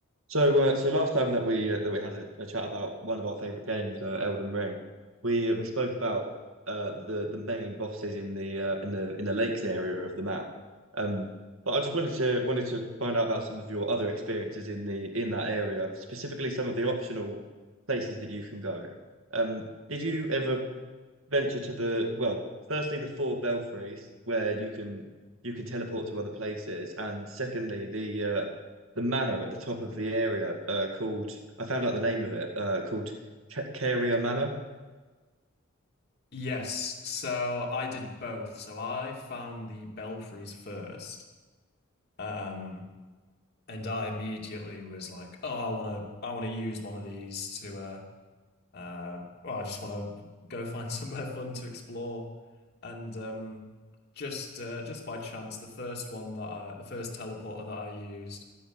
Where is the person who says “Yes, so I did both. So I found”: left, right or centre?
Left